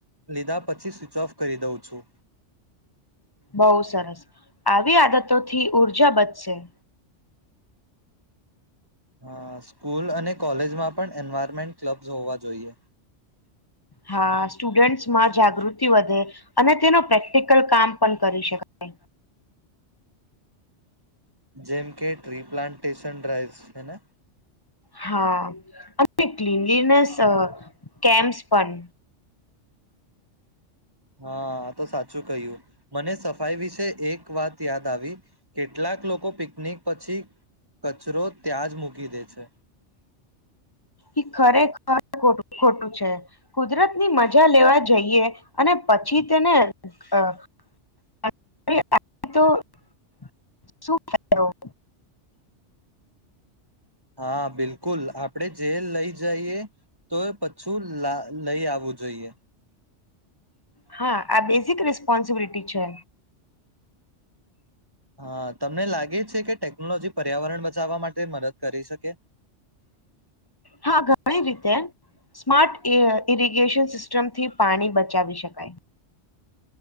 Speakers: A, on the right (about 20°); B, on the left (about 20°).
A: લીધા પછી સ્વિચ ઓફ કરી દઉં છું.
B: બહુ સરસ આવી આદતો થી ઉઊર્જા બચશે.
A: હા સ્કૂલ અને કોલેજમાં પણ એન્વાયરમેન્ટ ક્લબ્સ હોવા જોઈએ.
B: હા સ્ટુડન્ટસમાં જાગૃતિ વધે અને તેનો પ્રેક્ટિકલ કામ પણ કરી શકાય.
A: જેમ કે ટ્રી પ્લાન્ટેશન ડ્રાઈવ હે ને.
B: હા અને ક્નલીનેસ કેમસ પણ.
A: હા તો સાચું કહ્યું મને સફાઈ વિશે એક વાત યાદ આવી કેટલાક લોકો પિકનિક પછી કચરો ત્યાં જ મૂકી દે છે.
B: એ ખરેખર ખું ખોટું છે કુદરત ની મજા લેવા જઈએ અને પછી તેને અ આટલું અ શું કહેવું.
A: હા બિલકુલ આપડે જેલ લઈ જ. જઈએ તો પછું લઈ આવવું જોઈએ.
B: હા આ બેઝિક રિસ્પોન્સિબિલિટી છે.
A: હા તમને લાગે છે કે ટેકનોલોજી પર્યાવરણ બચાવવા માટે મદદ કરી શકે.
B: હા ઘણી રીતે સ્માર્ટ ઇરિગેશન સિસ્ટમથી પાણી બચાવી શકાય.